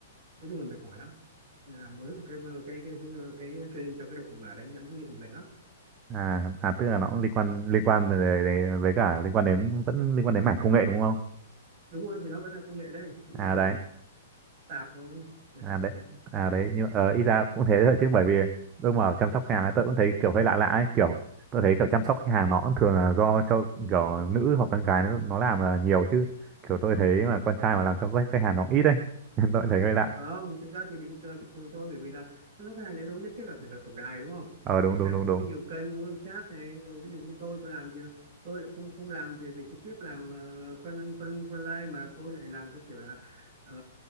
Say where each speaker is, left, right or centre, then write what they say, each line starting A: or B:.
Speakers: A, on the right; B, on the right.
A: nói chung là mệt mỏi lắm. Nên Làm mới một cái cái cái cái, cái training cho cái đội mà đánh giá dữ liệu là mệt lắm.
B: à à tức là nó cũng liên quan liên quan về, về- về- với cả liên quan đến vẫn liên quan đến mảng công nghệ đúng không?
A: đúng rồi thì nó vẫn là công nghệ đấy nhưng
B: À
A: mà
B: đấy.
A: tạp thôi mệt
B: à
A: mỏi
B: đấy
A: thôi
B: à đấy nhưng ờ ít ra cũng thế thôi chứ bởi vì tôi mà chăm sóc khách hàng ấy, tôi cũng thấy kiểu hơi lạ lạ ấy kiểu tôi thấy kiểu chăm sóc khách hàng nó cũng thường là do cho kiểu nữ hoặc con gái nó, nó làm là nhiều chứ kiểu tôi thấy mà con trai mà làm chăm sóc khách hàng nó ít đấy <laughs> nên tôi cũng thấy hơi lạ
A: không thực ra thì bình bình thường thôi bởi vì là nó khách hàng đến đâu nhất thiết là phải là tổng đài đúng không
B: ờ
A: Các
B: đúng
A: khách
B: đúng
A: hàng
B: đúng
A: thì
B: đúng
A: có nhiều kênh có chat này rồi ví dụ như tôi tôi làm thì tôi lại không không làm về về trực tiếp làm ờ, front front frontline mà tôi lại làm tôi kiểu là ờ,